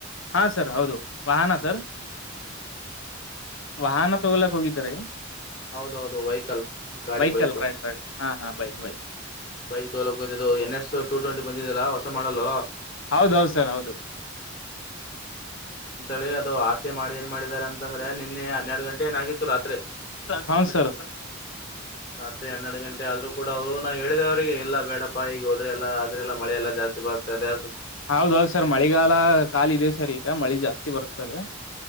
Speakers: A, on the left (about 75°); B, on the left (about 45°).
A: ಹಾ ಸರ್ ಹೌದು ವಾಹನ ಸರ್ ವಾಹನ ತಗೊಲಕ್ ಹೋಗಿದಿದ್ದಾರೆ
B: ಹೌದೌದು ವೆಹಿಕಲ್ ಗಾಡಿ
A: ವೆಹಿಕಲ್
B: ಬೈಕು
A: ರೈಟ್ ರೈಟ್ ಹಾ ಹಾ ಬೈಕ್ ಬೈಕ್
B: ಬೈಕ್ ತೋಲಕ್ಂತು ಎನ್ ಎಸ್ ಟು ಟ್ವೆಂಟಿ ಬಂದಿದೆಲ್ಲ ಹೊಸ ಮಾಡಲ್ಲ
A: ಹೌದು ಹೌದು ಸರ್ ಹೌದು
B: ಳಿ ಅದು ಆಸೆ ಮಾಡಿ ಏನ್ ಮಾಡಿದ್ದಾರೆ ಅಂತಂದ್ರೆ ನಿನ್ನೆ ಹನ್ನೆರಡು ಗಂಟೆ ಏನಾಗಿತ್ತು ರಾತ್ರಿ
A: ಹೌನ್ ಸರ್
B: ರತ್ರಿ ಹನ್ನೆಡು ಗಂಟೆ ಆದದು ಕೂಡ ಅವರು ನಾವು ಹೇಳಿದವ ಅವರಿಗೆ ಎಲ್ಲ ಬೇಡಪ್ಪಾ ಈಗ ಹೋದ್ರೆಲ್ಲ ಆದ್ರೆಲ್ಲ ಮಳೆಲ್ಲ ಜಾಸ್ತಿ ಬರ್ತ ಇದೆ
A: ಹೌದೌದು್ ಸರ್ ಮಳೆಗಾಲ ಕಾಲದೆ ಸರ್ ಈಗ ಮಳಿ ಜಾಸ್ತಿ ಬರ್ತದೆ